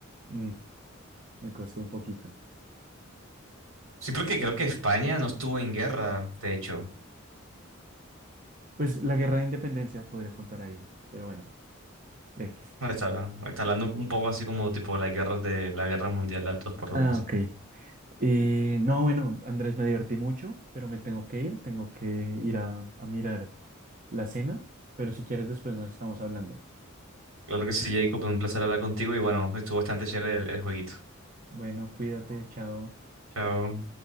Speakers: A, on the right (about 40°); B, on the right (about 85°).
A: Mm, me costó un poquito.
B: Sí, porque creo que España no estuvo en guerra, de hecho.
A: Pues la guerra de independencia podría contar ahí, pero bueno, X.
B: Está, está hablando un poco así como tipo las guerras de la guerra mundial, las dos por lo
A: Ah,
B: menos.
A: ok. Eh, no, bueno, Andrés, me divertí mucho, pero me tengo que ir, tengo que ir a, a mirar la cena, pero si quieres después nos estamos hablando.
B: Claro que sí, Jacob, un placer hablar contigo y bueno, estuvo bastante chévere el el jueguito.
A: Bueno, cuídate, chao.
B: Chao.